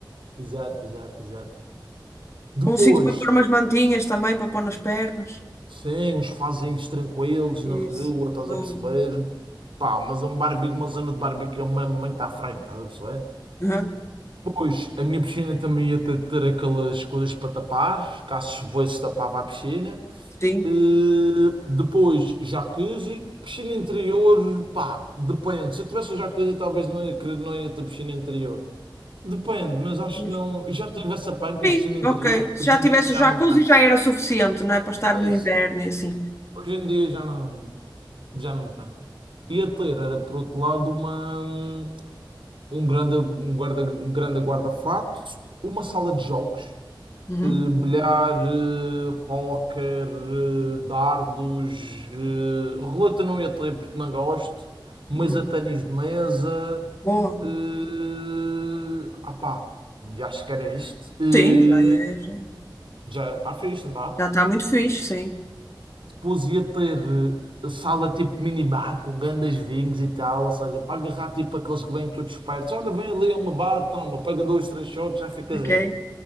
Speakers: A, on the right; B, on the left.
A: Exato, exato, exato. Depois,
B: com um sítio para pôr umas mantinhas também, para pôr nas pernas.
A: sim, os fazinhos tranquilos
B: Isso.
A: na rua, estás
B: Boa.
A: a perceber? Pá, mas é um barbecue, uma zona de barbecue mesmo muito à frente, estás a perceber?
B: Aham.
A: Depois, a minha piscina também ia ter, ter aquelas coisas para tapar, caso <laughs> fosse tapava a piscina.
B: Sim.
A: Eh, depois, jacuzzi, piscina interior, pá, depende. Se eu tivesse um jacuzzi, talvez não ia, querer- não ia ter piscina interior. Depende, mas acho
B: Pois.
A: que não. Já tive essa panca
B: Sim,
A: de piscina interior,
B: ok. Se
A: hoje
B: já
A: em
B: tivesse
A: dia já
B: o jacuzzi
A: não tenho.
B: já era suficiente, não é? Para estar no
A: É
B: inverno
A: isso.
B: e assim.
A: Hoje em dia já não. Já não tenho. Ia ter, era por outro lado, uma, um grande, um guarda, um grande guarda-fato, uma sala de jogos.
B: Uhum.
A: Eh, Bilhar, eh, póquer, eh, dardos, eh, roleta não ia ter porque não gosto, mas
B: Uhum.
A: a ténis de mesa,
B: Boa.
A: eh, ah pá, e acho que era este, Eh,
B: Sim, já é, já é.
A: já está fixe, não está?
B: Já está muito fixe, sim.
A: Depois ia ter eh, sala tipo minibar com grandes vinhos e tal, ou seja, para agarrar tipo aqueles que vêm todos espertos, olha, vem ali a uma bar, toma, paga dois, três shots, já ficas
B: Ok.
A: aí.